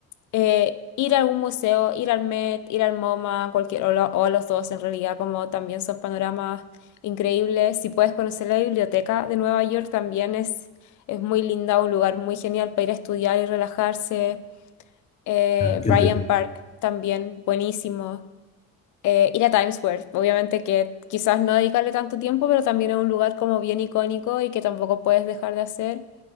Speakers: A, on the left; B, on the left.
A: eh, ir a algún museo, ir al Met, ir al MoMA, cualquier, o, lo- o a los dos en realidad, como también son panoramas increíbles. Si puedes conocer la biblioteca de Nueva York, también es, es muy linda, un lugar muy genial para ir a estudiar y relajarse. Eh,
B: Ah, qué
A: Bryant
B: entretenido.
A: Park también, buenísimo. Eh, ir a Times Square, obviamente que quizás no dedicarle tanto tiempo, pero también es un lugar como bien icónico y que tampoco puedes dejar de hacer.